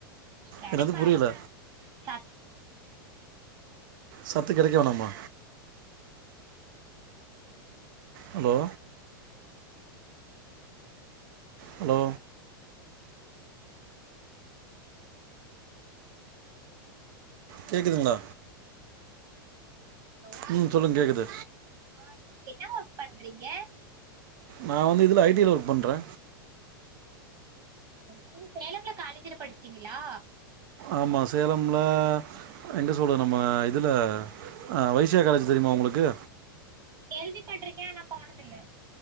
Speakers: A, on the right (about 30°); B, on the right (about 60°).
A: கெடைக்கு
B: என்னது புரியல
A: அதெல்லா சத்
B: சத்து கெடைக்க வேணாமா ஹலோ ஹலோ கேக்குதுங்களா
A: ஹலோ
B: ம் சொல்லுங்க கேக்குது
A: அ என்ன ஒர்க் பண்றீங்க
B: நான் வந்து இதில ஐ டி ல ஒர்க் பண்றே
A: நீங்க சேலம்ல காலேஜல படிச்சீங்களா
B: ஆமா சேலம்ல எங்க சொல்லுர நம்ம இதுல வைசியா காலேஜ் தெரிமா உங்களுக்கு
A: கேள்விப்பட்டிருக்கே ஆனா போனதில்ல